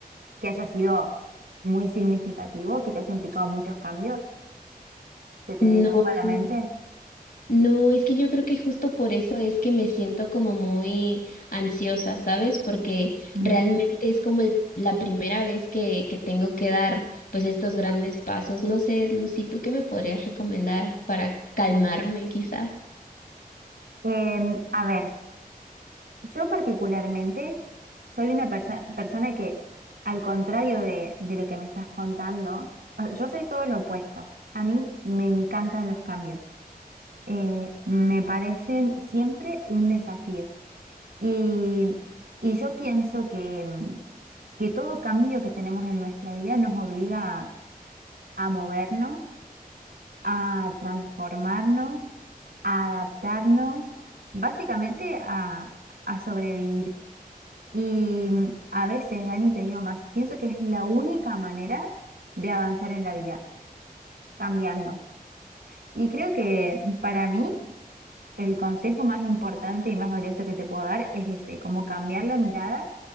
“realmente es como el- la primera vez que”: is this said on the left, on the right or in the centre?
Left